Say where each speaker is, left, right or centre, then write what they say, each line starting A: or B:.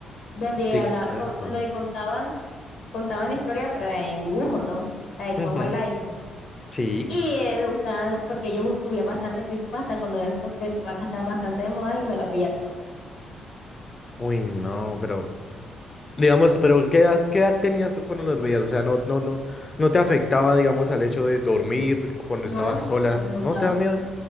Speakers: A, on the left; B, on the left.
A: donde
B: TikTok.
A: habla, con-
B: bro.
A: donde contaban, contaban la historia, pero en dibujos, ¿no? La de Draw
B: Ujú,
A: My Life, ¿no?
B: Sí.
A: Y eh, me gustaban, porque ellos bu- subían bastante creepypasta, cuando eso los creepypastas estaban bastante de moda y me las veía todos.
B: Uy, no, pero. Digamos, pero ¿qué edad, qué edad tenías tú cuando los veías? O sea, no, no, no, no te afectaba, digamos, al hecho de dormir cuando
A: No,
B: estabas sola.
A: a mí me gustaban.
B: ¿No te da miedo?